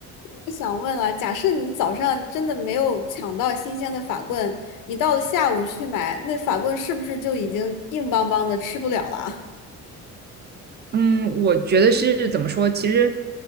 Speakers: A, on the left; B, on the right.
A: 我想问了，假设你早上真的没有抢到新鲜的法棍，你到了下午去买，那法棍是不是就已经硬邦邦的吃不了了？
B: 嗯，我觉得是怎么说？其实，